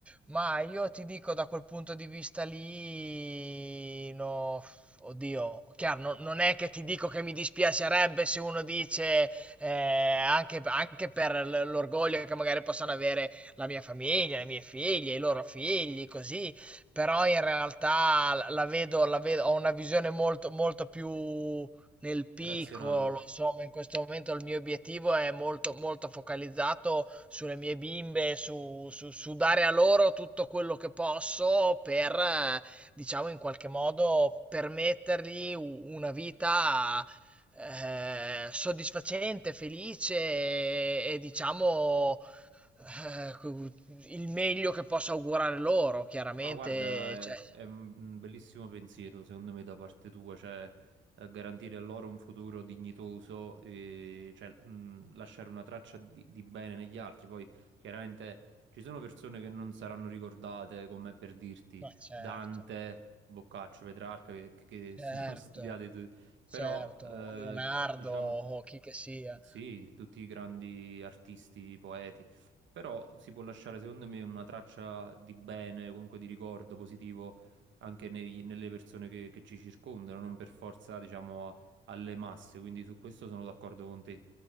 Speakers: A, in the centre; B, on the right.
A: Ma io ti dico da quel punto di vista lì, no, oddio, chiaro, no- non è che ti dico che mi dispiacerebbe se uno dice, eh, anche, anche per l- l'orgoglio che magari possano avere la mia famiglia, le mie figlie, i loro figli, così, però in realtà la la vedo, la vedo, ho una visione molto, molto più nel piccolo,
B: Razionale.
A: insomma, in questo momento il mio obiettivo è molto, molto focalizzato sulle mie bimbe, su, su- su dare a loro tutto quello che posso per, eh, diciamo, in qualche modo permettergli u- una vita eh, soddisfacente, felice e, e, diciamo, eh, cu- il meglio che posso augurare loro, chiaramente,
B: Ma guarda, è,
A: cioè,
B: è un bellissimo pensiero, secondo me, da parte tua, cioè eh, garantire a loro un futuro dignitoso, e, cioè, mh, lasciare una traccia di, di bene negli altri. Poi, chiaramente, ci sono persone che non saranno ricordate, come per dirti
A: ma certo,
B: Dante, Boccaccio, Petrarca, che, che
A: certo.
B: sono <laughs> studiati, tu- però,
A: Certo,
B: eh,
A: o Leonardo
B: diciamo
A: o chi che sia.
B: sì, tutti i grandi artisti, poeti, però si può lasciare secondo me una traccia di bene, comunque di ricordo positivo anche nei- nelle persone che, che ci circondano, non per forza, diciamo, a- alle masse, quindi su questo sono d'accordo con te.